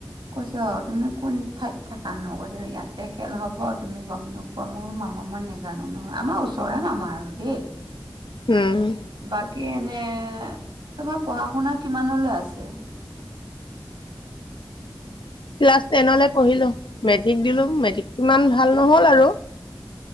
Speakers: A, on the right; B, on the left.
A: কৈছ অ তুমি কোন ঠাইত থাকা নু কৈছে যে ইয়াতে খেল হব তুমি গম নোপোৱা। অ মোৰ মামা মই নেজানো নহয় আমাৰ ওচৰৰে মামা আৰু দেই
B: উম
A: বাকী এনে তোমাৰ পঢ়া শুনা কিমানলৈ আছে।
B: ক্লাছ টেনলৈ পঢ়িলো মেট্ৰিক দিলো মেট্ৰিক, ইমান ভাল নহল আৰু